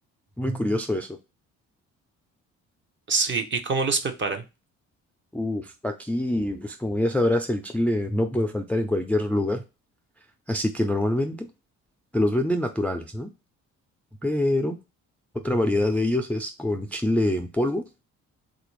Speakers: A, in the centre; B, on the right.
A: Muy curioso eso.
B: Sí, ¿y cómo los preparan?
A: Uf, aquí, pues como ya sabrás, el chile no puede faltar en cualquier lugar. Así que normalmente te los venden naturales, ¿no? Pero otra variedad de ellos es con chile en polvo